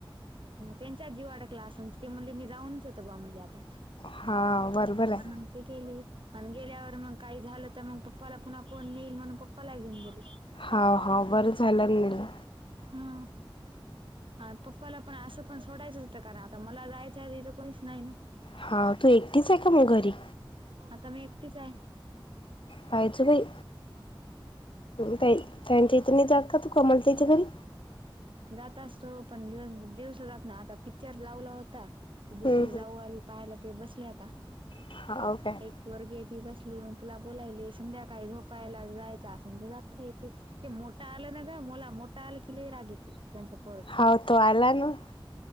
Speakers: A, on the right (about 65°); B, on the left (about 65°).
A: त्यांच्या जीव अडकला अस ते म्हली मी जाऊनच येतो बा म्हली आता
B: हा बरोबर
A: म्हणून
B: आहे.
A: ते ग केले आणि गेल्यावर मग काही झालं तर मग पप्पाला पुन्हा कोण नेईल म्हणून पप्पाला घेन गेले
B: हा हा बरं झालं मला
A: हा पप्पाला पण असं पण सोडायचं होतं कारण आता मला जायचंथ कोणीच नाही ना
B: हा तू एकटीच आहे का मग घरी?
A: आता मी एकटीच आहे
B: पायच बाई त्यांच्या इथ नाही जात का तू कमलतच्या घरी?
A: जात असतो पण दिवस दिवस जात ना आता पिक्चर लावला होता क दुसरी
B: हम्म
A: जाऊ आ पाहायला ते बसले आता
B: हा काय
A: एक पोरगी ती बसली मग तुला बोलायली संध्याकाळी झोपायला जायचं असन तर जाता येते. ते मोठा आलं ना ग मला मोठा आलं कि लई रागी त्यांच परर
B: हाव तो आला ना.